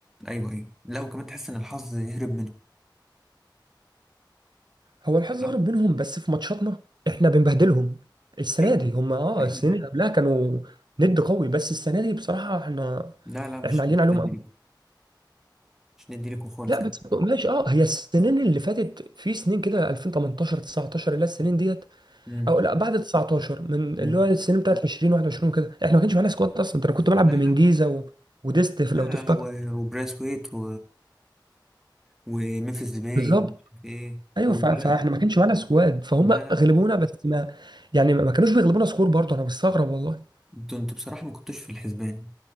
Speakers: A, in the centre; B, on the right.
A: ايوه ايوه لا وكمان تحس ان الحظ هرب منه
B: هو الحظ
A: لا
B: هرب بينهم بس في ماتشاتنا احنا بنبهدلهم السنه
A: ايوه
B: دي
A: ايوه
B: هم اه
A: ايوه
B: السنين
A: أنا عارف.
B: اللي قبلها كانوا ند قوي بس السنه دي بصراحه احنا
A: لا لا مش
B: احنا عاليين
A: مش
B: عليهم
A: ندي
B: قوي
A: لكم مش ندي لكم خالص
B: لا
A: كمان
B: بس ماشي اه هي السنين اللي فاتت في سنين كده 2018 19 اللي هي السنين ديت
A: امم
B: او لا بعد 19 من
A: أمم.
B: اللي هو السنين بتاعت 20 21 كده احنا ما كانش معانا سكواد اصلا ده انا كنت بلعب
A: لا
B: بمنجيزه
A: لا
B: و... وديست
A: لا
B: لو تفتكر
A: و- وبراسويت و... وممفيس ديباي
B: بالظبط
A: ومش عارف ايه
B: ايوه
A: و...
B: ف-
A: لا
B: فاحنا ما كانش معانا سكواد فهم
A: لا لا
B: غلبونا بس ما يعني ما كانوش بيغلبونا سكور برضه انا مستغرب والله
A: انتوا انتوا بصراحه ما كنتوش في الحسبان